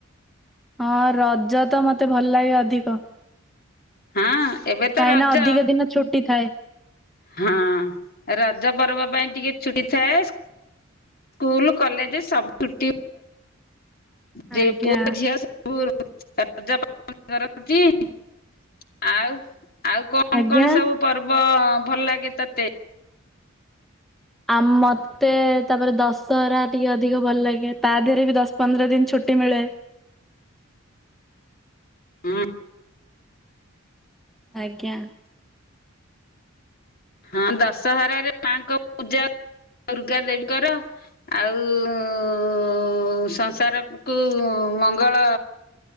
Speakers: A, in the centre; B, on the left.
A: ହଁ ରଜ ତ ମତେ ଭଲ ଲାଗେ ଅଧିକ।
B: ହଁ ଏବେ ତ
A: କାହିଁକିନା
B: ରଜ
A: ଅଧିକ ଦିନ ଛୁଟି ଥାଏ।
B: ହଁ ରଜ ପର୍ବ ପାଇଁ ଟିକେ ଛୁଟି ଥାଏ। ସ୍କୁଲ କଲେଯେ ସବୁ ଉଟି ଯେ
A: ଆଜ୍ଞା
B: ପୁଅ ଝିଅ ସବ୍ <unintelligible> କରନ୍ତି ଆଉ? ଆଉ କଣ
A: ଆଜ୍ଞା।
B: କଣ ସବୁ ପର୍ବ ଭଲ ଲାଗେ ତତେ?
A: ଆ ମତେ ତାପରେ ଦଶହରା ଟିକେ ଅଧିକ ଭଲ ଲାଗେ ତା ଦେହରେ ବି ଦଶ ପନ୍ଦର ଦିନ ଛୁଟି ମିଳେ।
B: ହୁଁ।
A: ଆଜ୍ଞା।
B: ହଁ ଦଶହରାରେ ମା ଙ୍କ ପୂଜା ଦୁର୍ଗା ଦେବୀଙ୍କର। ଆଉ ସଂସାର କୁ ମଙ୍ଗଳ